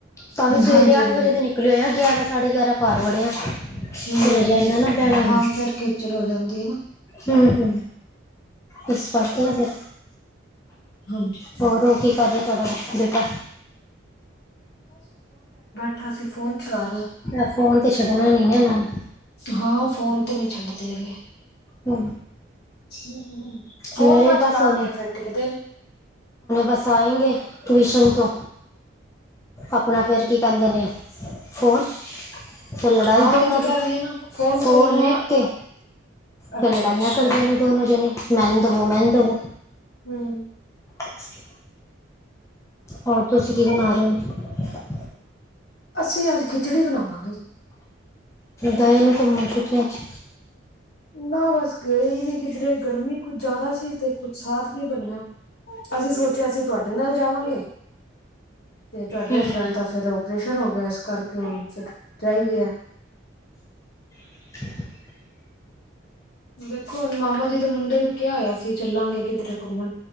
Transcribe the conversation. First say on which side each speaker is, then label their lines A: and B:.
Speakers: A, on the left; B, on the left.
A: ਤਾਂ ਵੀ ਸਵੇਰੇ
B: ਹਾਂਜੀ ਹਾਂਜੀ
A: ਅੱਠ ਵਜੇ ਤੇ ਨਿਕਲਿਓ ਆ। ਗਿਆਰਾਂ ਸਾਢੇ ਗਿਆਰਾਂ ਘਰ ਵੜੇ ਆ। ਫਿਰ
B: ਹੂੰ,
A: ਅਜੇ ਇਨਾ ਨਾ ਬਹਿਣਾ ਨੀ
B: ਹਾਂ ਫੇਰ ਖਿਚਲ ਹੋ ਜਾਂਦੀ ਹੈ ਨਾ।
A: ਹੂੰ, ਹੂੰ ਇਸ ਕਰਕੇ ਨੇ ਫੇਰ,
B: ਹਾਂਜੀ
A: ਹੋਰ ਉਹ ਕੀ ਕਰ ਰ ਤੁਹਾਡਾ ਬੇਟਾ
B: ਕਰਾ ਸੀ ਫੋਨ ਚਲਾ ਰਿਹਾ
A: ਮੇਰਾ ਫੋਨ ਤੇ ਛੱਡਣਾ ਨੀ ਨਾ ਇਹਨਾਂ ਨੇ
B: ਹਾਂ ਫੋਨ ਤੇ ਨਹੀਂ ਛੱਡਦੇ ਹੈਗੇ
A: ਹੂ
B: ਹਮ ਫੋਨ
A: ਮੇਰੇ
B: ਨਾ
A: ਬਸ
B: ਚਲਾਉਣ
A: ਹੁਨੇ
B: ਤੇ ਫਿਰ ਟਿਕਦੇ ਨੀ
A: ਬਸ ਹੁਨੇ ਆਏਂ ਗੇ ਟਿਵੂਸਨ ਤੋਂ ਆਪਣਾ ਫੇਿਰ ਕੀ ਕਹਦੇ ਨੇ ਫੋਨ ਫਿਰ ਲੜਾਈ
B: ਹਾਂ
A: ਦੋਨਾਂ
B: ਉਹੀ ਤੇ
A: ਦੀ
B: ਕਹਿ ਰਹੀ ਹੈ ਨਾ
A: ਫੋਨ
B: ਤੋਂ ਬਿਨਾਂ
A: ਤੋਂ
B: ਅੱਛਾ
A: ਫਿਰ ਲੜਾਈਆਂ
B: ਅੱਛਾ
A: ਕਰ ਦੇਣੇ ਦੋਨੋ ਜਣੇ ਮੈਨੂੰ ਦਵੋ ਮੈਨੂੰ ਦਵੋ
B: ਹਮ
A: ਅ ਹੋ ਤੁਸੀਂ ਕੀ ਬਣਾ ਰਹੇ ਹੋ
B: ਅਸੀਂ ਅੱਜ ਖਿਚੜੀ ਬਣਾਉਣੀ
A: ਗਏ ਨੇ ਘੁੰਮਣ ਛੁਟੀਆ ਚ
B: ਨਾ ਬਸ ਗਏ ਨਹੀਂ ਕਿਧਰੇ ਗਰਮੀ ਕੁੱਝ ਜ਼ਿਆਦਾ ਸੀ ਤੇ ਕੁਛ ਸਾਥ ਨਹੀਂ ਬਣਿਆ ਅਸੀਂ ਸੋਚਿਆ ਅਸੀਂ ਤੁਹਾਡੇ ਨਾਲ ਜਾਵਾਂਗੇ ਤੇ ਤੁਹਾਡੇ
A: ਹਮ
B: ਹਸਬੈਂਡ ਦਾ ਫਿਰ ਉਪਰੇਸ਼ਨ ਹੋ ਗਿਆ ਇਸ ਕਰਕੇ ਹਣੁ ਰਹੀ ਹੀ ਗਿਆ
A: <unintelligible>
B: ਦੇਖੋ ਹੁਣ ਮਾਮਾ ਜੀ ਦੇ ਮੁੰਡੇ ਨੂੰ ਕਿਆ ਹੋਇਆ ਸੀ ਚੱਲਾਂਗੇ ਕਿੱਧਰੇ ਘੁੰਮਣ